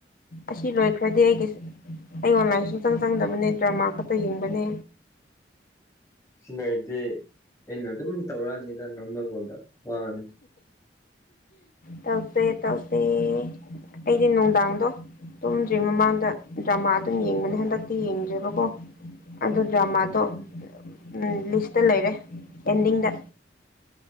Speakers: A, on the left; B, on the left.
A: ꯑꯁꯤ ꯂꯣꯏꯈ꯭ꯔꯗꯤ ꯑꯩꯒꯤ ꯑꯩ ꯑꯣꯟꯂꯥꯏꯟ ꯁꯨꯡꯆꯪ ꯆꯪꯗꯕꯅꯦ ꯗ꯭ꯔꯃꯥ ꯈꯛꯇ ꯌꯦꯡꯕꯅꯦ
B: ꯁꯤ ꯅꯔꯗꯤ ꯑꯩꯅ ꯑꯗꯨꯝ ꯇꯧꯔꯛꯑꯅꯤꯗ ꯅꯃꯒꯜꯗ ꯋꯥꯅꯤ
A: ꯇꯧꯁꯦ ꯇꯧꯁꯦ ꯑꯩꯗꯤ ꯅꯨꯡꯗꯥꯡꯗꯣ ꯇꯨꯝꯗ꯭ꯔꯤ ꯃꯃꯥꯡꯗ ꯗ꯭ꯔꯃꯥ ꯑꯗꯨꯝ ꯌꯦꯡꯕꯅꯦ ꯍꯟꯗꯛ ꯇꯤ ꯌꯦꯡꯗ꯭ꯔꯦꯕꯀꯣ ꯑꯣ ꯗ꯭ꯔꯃꯥꯗꯣ
B: ꯎꯝ
A: ꯎꯝ ꯂꯤꯁꯇ ꯂꯩꯔꯦ ꯑꯦꯟꯗꯤꯡꯗ